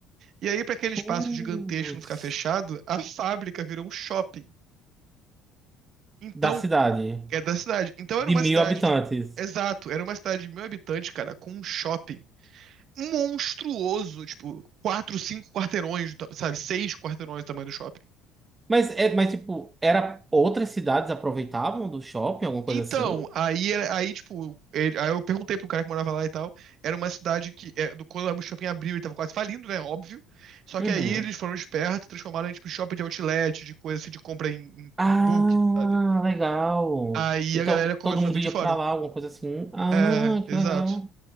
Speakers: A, on the right; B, on the right.
A: E aí, para aquele espaço
B: Putz.
A: gigantesco não ficar fechado, a fábrica virou um shopping. Então,
B: Da cidade,
A: é da cidade. Então era
B: de
A: uma
B: mil
A: cidade
B: habitantes.
A: de. Exato, era uma cidade de mil habitantes, cara, com um shopping monstruoso, tipo, quatro, cinco quarteirões, do ta- sabe? Seis quarteirões do tamanho do shopping.
B: Mas é, mas tipo, era outras cidades aproveitavam do shopping, alguma
A: Então,
B: coisa assim?
A: aí, era- aí tipo, ele- aí eu perguntei pro cara que morava lá e tal. Era uma cidade que, é, do- quando o shopping abriu, ele tava quase falindo, né? Óbvio. Só
B: Uhum.
A: que aí eles foram espertos, transformaram em, tipo, shopping de outlet, de coisa assim, de compra em,
B: Ah,
A: em, em bulk, sabe?
B: legal.
A: Aí
B: Então
A: a galera começou
B: todo mundo
A: a vir de
B: ia
A: fora.
B: pra lá, alguma coisa assim. Ah,
A: É,
B: que
A: exato.
B: legal.